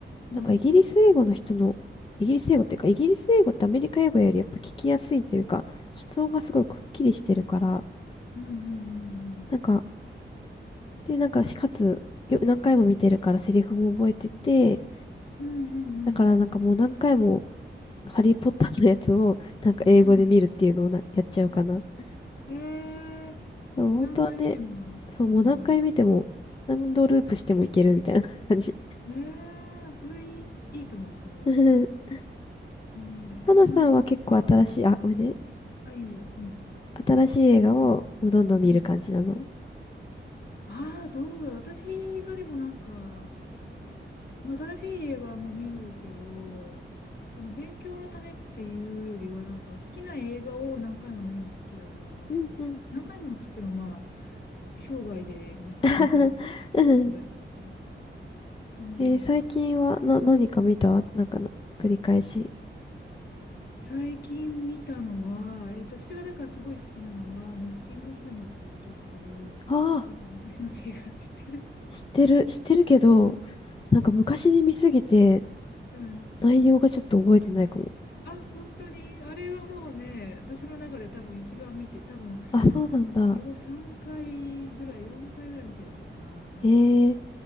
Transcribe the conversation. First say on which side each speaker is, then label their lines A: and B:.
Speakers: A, on the left; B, on the left.
A: うん。
B: なんかイギリス英語の人の、イギリス英語っていうか、イギリス英語ってアメリカ英語よりやっぱ聞きやすいというか、発音がすごいくっきりしてるから、
A: うんうんうんうん。
B: なんか、で、なんか、しかつ、よ、何回も見てるからセリフも覚えてて、
A: うんうんうん
B: だからなんかもう何回も、ハリーポッターのやつを、なんか英語で見るっていうのをな、
A: うん。
B: やっちゃうかな。そ
A: うん。えー、
B: う本当はね、
A: 何回見ても。
B: そう、
A: うん
B: もう何回見ても、何度ループしてもいけるみたいな <laughs> 感じ。
A: うん。えー、それいい、いいと思う、すごい。
B: <laughs>
A: えー、
B: はなさんは結構新しい、
A: でもなんか、うん、
B: あ、ごめんね。
A: あ、いいよいいよ。うん。
B: 新しい映画をもうどんどん見る感じなの。
A: うん。ああ、どうだろう。私がでもなんか、まあ新しい映画も見るけど、その勉強のためっていうよりは、なんか好きな映画を何回も見るの好きだから、
B: うんうん。
A: 何回もって言ってもまあ、生涯で2回、
B: <laughs>
A: 2回
B: うん
A: ぐらいだけど。でもなんか、
B: えー最近は、な、何か見たなんかな、繰り返し。
A: 最近見たのは、えっと、私がだからすごい好きなのは、ノッティングヒルの恋人っていう、
B: ああ。
A: そう、昔の映画 <laughs> 知ってる
B: 知ってる、知ってるけど、なんか昔に見すぎて
A: うん。
B: 内容がちょっと覚えてないかも。
A: あ、本当に、あれはもうね、私の中で多分一番見て、多分、
B: あ、そうなんだ。
A: よ、3回ぐらい、4回ぐらい見てるかな。
B: えー、もう